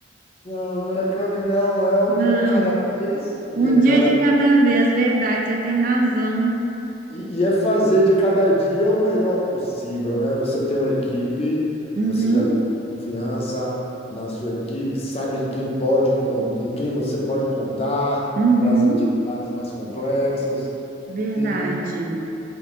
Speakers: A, on the left; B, on the right.
A: não, não reclame não, é um
B: Não.
A: dia de cada vez, um
B: Um
A: dia de
B: dia
A: cada
B: de cada vez, verdade, você tem razão.
A: E, e é fazer de cada dia o melhor possível, né? Você tem uma equipe,
B: Uhum,
A: você já tem confiança na sua equipe, sabe quem pode, con- com, quem você pode contar
B: uhum,
A: para as atividades mais complexas.
B: verdade.
A: Tem,